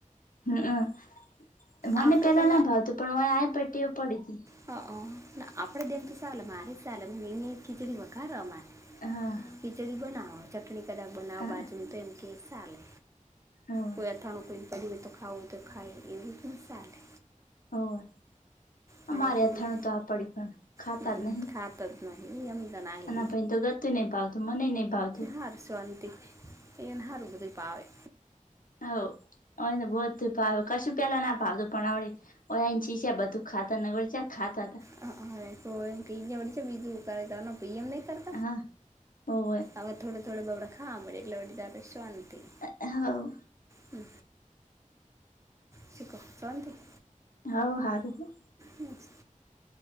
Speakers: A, on the left (about 85°); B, on the right (about 20°).
A: હમમ મને
B: આપણે
A: પેલા
B: તો
A: ના ભાવતું પણ ઓય આયા તો ટેવ પડી ગઈ.
B: હ ના આપડે દમ તો ચાલે મારે ચાલે એને ખીચડી વખા અમારે.
A: હા
B: ખીચડી બનાવો ચટણી કદાક બનાવો
A: હા
B: બાજુું તો એમ કે સાલે.
A: હોવે
B: કોઈ અથાણું કોઈ પડ્યું હોય તો ખાવું તો ખાય એવી રીત મ સાલે.
A: હોવ.
B: પણ
A: અમારે
B: એટલી
A: અથાણું તો આ પડિયું હે ખાતા
B: હમ,
A: જ નહી
B: ખાત જ નહીં એમ તને આહી
A: અને આ ભઈ ને તો ગત ગતુંય નઈ ભાવતું મનેય નઈ ભાવ
B: હારુ શોન્તી એને હારુ બધુંય ભાવે.
A: હ ઓય તો વધુ ભાવે કશું પેલા ના ભાવતું પણ વળી ઓહે આવીને શીખ્યા બધું. ખાતા ન વળી ક્યાં ખાતા હતા.
B: હારે તો એમ કડી છે બીજું ત પીએમ નઈ કરે.
A: હ હોવે.
B: હવે થોડો થોડો બાબળા ખવા મળે એટલે વળી તારે શોન્તી.
A: હ હાવ.
B: હમ્મ. ઠીક હો શોન્તી.
A: હાવ હારું.
B: મસ્ત.